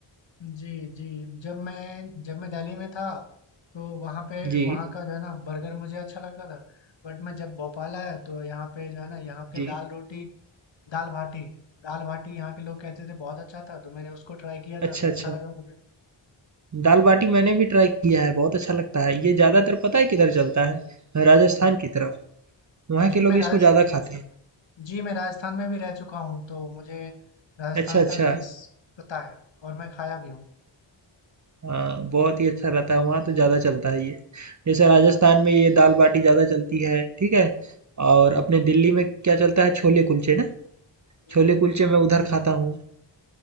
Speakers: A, on the left (about 60°); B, on the right (about 35°).
A: जी, जी, जब मैं जब मैं दिल्ली में था, तो वहाँ पे
B: जी
A: वहाँ का जो है ना बर्गर मुझे अच्छा लगता था, बट मैं जब भोपाल आया तो यहाँ पे जो है ना यहाँ पे
B: जी
A: दाल-रोटी, दाल-बाटी दाल-बाटी यहाँ के लोग कहते थे बहुत अच्छा था, तो मैंने उसको ट्राई किया था,
B: अच्छा
A: तो अच्छा
B: अच्छा
A: लगा मुझे।
B: दाल बाटी मैंने भी ट्राई किया है बहुत अच्छा लगता है ये ज़्यादातर पता है किधर चलता है राजस्थान
A: जी,
B: की तरफ वहाँ
A: जी,
B: के
A: मैं
B: लोग
A: राजस
B: इसको ज़्यादा खाते हैं
A: जी, मैं राजस्थान में भी रह चुका हूँ, तो मुझे राजस्थान
B: अच्छा अच्छा
A: का भी डिश पता है और मैं खाया भी हूँ।
B: हाँ, बहुत ही अच्छा रहता है वहाँ तो ज़्यादा चलता है ये जैसे राजस्थान में ये दाल बाटी ज़्यादा चलती है ठीक है और अपने दिल्ली में क्या चलता है छोले कुलचे ना
A: हुँ,
B: छोले कुलचे मैं उधर खाता हूँ